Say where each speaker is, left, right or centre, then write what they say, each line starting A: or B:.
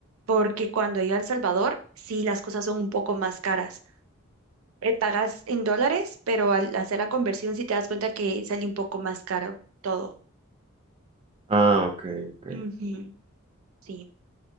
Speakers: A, on the right; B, on the right.
A: porque cuando iba a El Salvador, sí, las cosas son un poco más caras. Eh, pagas en dólares, pero al hacer la conversión sí te das cuenta que sale un poco más caro todo.
B: Ah, ok, ok.
A: Ujú, sí,